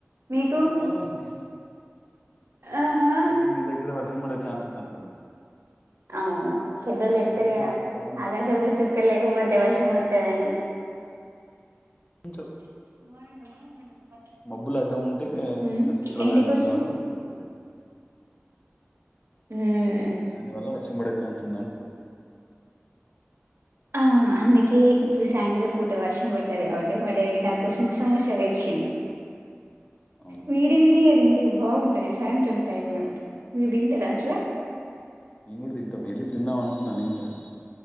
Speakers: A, on the right (about 60°); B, on the left (about 30°).
A: మీకు
B: ఇక్కడ చాలా ఉన్నాయి
A: ఆహా
B: అయితే మీ దగ్గర వర్షం పడే చాన్స్ ఉన్నదంటావు
A: అవునవును పెద్దోళ్ళు చెప్తారు
B: దగ్గర
A: గదా
B: ఇక్కడ చాలా నక్షత్రాలు
A: ఆకాశంలో
B: ఉన్నాయి
A: చుక్కలు లేకపోతే వర్షం వ వత్తదని
B: కొంచెం
A: <unintelligible>
B: మబ్బులు అడ్డం ఉంటే
A: ఉమ్,
B: నక్షత్రాలు
A: ఏంటి
B: కనిపిస్తామనేది
A: కొంచెం
B: ఒకటి ఉంటుంది కా
A: ఉమ్,
B: దాని వల్ల వర్షం పడే ఛాన్స్ ఉందటరు
A: అవును అందుకే ఇప్పుడు సాయంత్రం పూట వర్షం పడుతుది కాబటి మా డాడీ న కోసం
B: అవును
A: సమోస తెచ్చిండు
B: అవును
A: వీడి వీడి యే దిం టే బాగుంటది సాయంత్రం టైం లో మీరు దింటరా అట్లా
B: మేము కూడా తింటాం వెళ్ళి తిందాం అనుకున్నా నే కూడా